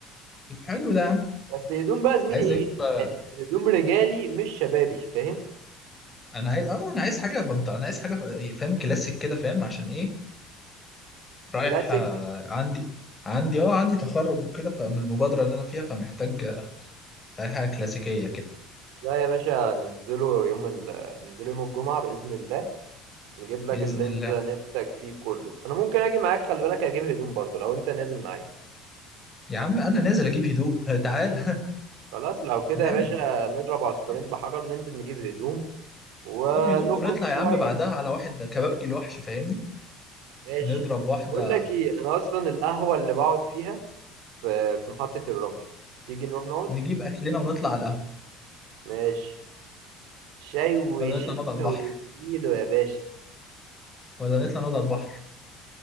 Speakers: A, on the left (about 15°); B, on the right (about 80°).
A: طب حلو ده يا عم
B: بس هدوم بقى زميلي
A: عايز
B: ايه
A: اجيب بقى
B: يعني هدوم رجالي مش شبابي فاهم
A: انا عايز اه انا عايز حاجة بنطلون انا عايز حاجة ف- فاهم كلاسيك كده فاهم عشان ايه رايح
B: كلاسيك
A: آه، عندي عندي اه عندي تخرج وكده فمن المبادرة اللي انا فيها فمحتاج حاجة كلاسيكية كده
B: لا يا باشا ننزله يوم ال... ننزله يوم الجمعة بإذن الله نجيب لك
A: بإذن
B: اللي
A: الله
B: انت نفسك فيه كله انا ممكن اجي معاك خلي بالك اجيب هدوم برضو لو انت نازل معايا
A: يا عم أنا نازل أجيب هدوم <laughs> تعال <laughs>
B: خلاص لو كده
A: نعمل
B: يا باشا نضرب عصفورين
A: آه،
B: بحجر ننزل نجيب هدوم ونخرج
A: نجيب هدوم ونطلع
B: شوية
A: يا عم بعدها على واحد كبابجي الوحش فاهمني
B: ماشي
A: نضرب واحدة
B: بقول لك ايه انا اصلا القهوه اللي بقعد فيها في في محطه الرمل تيجي نروح نقعد
A: نجيب أكلنا ونطلع على القهوة
B: ماشي شاي وشيكه
A: ولا نطلع نقعد على البحر
B: واديله يا باشا
A: ولا نطلع نقعد على البحر